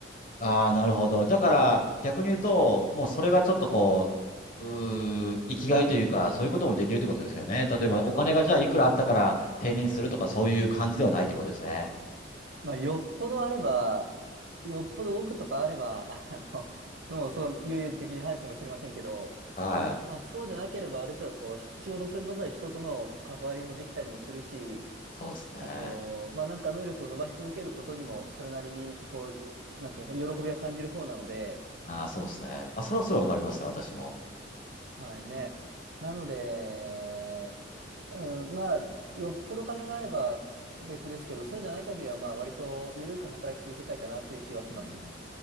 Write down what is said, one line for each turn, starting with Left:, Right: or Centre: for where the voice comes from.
Left: ああ、なるほど。だから、逆に言うと、もうそれがちょっとこう、うー、生きがいというか、そういうこともできるってことですよね。例えば、
Right: あ、
Left: お金がじゃあいくらあったから定年するとか、
Right: そう、
Left: そういう感じではないってことですね。
Right: うん。まあよっぽどあれば、よっぽど奥とかあれば、あの、もうそう、有々的に入るかもしれませんけど、
Left: はい。
Right: まあそうじゃなければある程度こうひ仕事することで人との関わりもできたりもするし、
Left: そうですね。
Right: あと、まあなんか能力を伸ばし続けることにもそれなりにこう、なんていうか、喜びは感じる方なので、
Left: ああ、そうですね。あ、それはすごいわかりますね、私も。
Right: はいね。なので、うん、まあよっぽど金があれば別ですけど、そうじゃない限りはまあ割と緩く働き続けたいかなっていう気はします。
Left: うん